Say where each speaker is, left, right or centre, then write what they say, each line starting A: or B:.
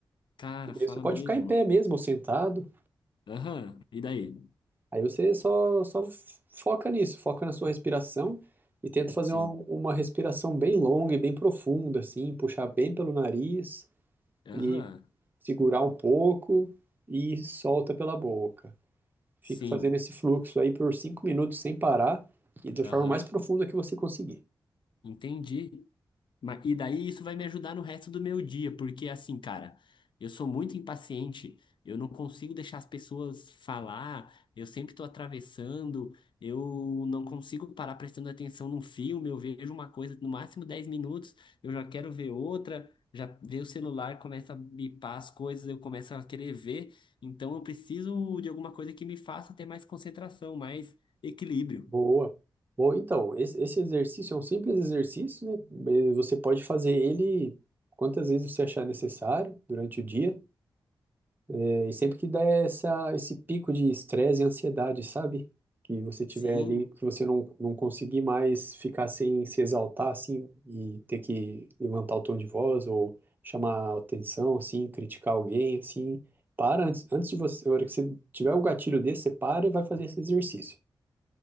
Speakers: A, on the left; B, on the right.
A: Cara,
B: E daí
A: fala
B: Você pode
A: mesmo.
B: ficar em pé mesmo, ou sentado.
A: Aham, E daí?
B: Aí você só, só foca nisso, foca na sua respiração e tenta fazer
A: Sim.
B: uma, uma respiração bem longa e bem profunda, assim, puxar bem pelo nariz
A: Aham.
B: e segurar um pouco e solta pela boca. Fica
A: Sim.
B: fazendo esse fluxo aí por cinco minutos sem parar e da forma
A: Aham.
B: mais profunda que você conseguir.
A: Entendi. Ma- E daí isso vai me ajudar no resto do meu dia, porque assim, cara, eu sou muito impaciente, eu não consigo deixar as pessoas falar, eu sempre tô atravessando, eu não consigo parar prestando atenção num filme, eu vejo uma coisa no máximo 10 minutos, eu já quero ver outra, já vejo o celular, começa a bipar as coisas, eu começo a querer ver, então eu preciso de alguma coisa que me faça ter mais concentração, mais equilíbrio.
B: Boa. Bom, então, esse, esse exercício é um simples exercício, né? Eh, Você pode fazer ele quantas vezes você achar necessário durante o dia. E sempre que dá essa, esse pico de estresse e ansiedade, sabe? Que você tiver
A: Sim,
B: ali, que você não, não conseguir mais ficar sem se exaltar, assim, e ter que levantar o tom de voz ou chamar atenção, assim, criticar alguém, assim. Para antes, antes de você, na hora que você tiver o gatilho desse, você para e vai fazer esse exercício.